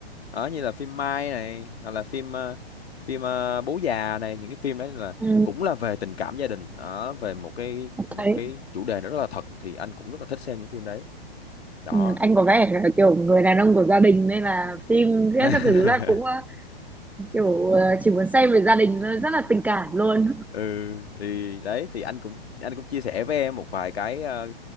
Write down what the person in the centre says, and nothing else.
Ừ.
Thấy.
Ừ. Anh có vẻ là kiểu người đàn ông của gia đình nên là phim viết
các thứ là cũng ờ, kiểu ờ, chỉ muốn xem về gia đình thôi, rất là tình cảm luôn.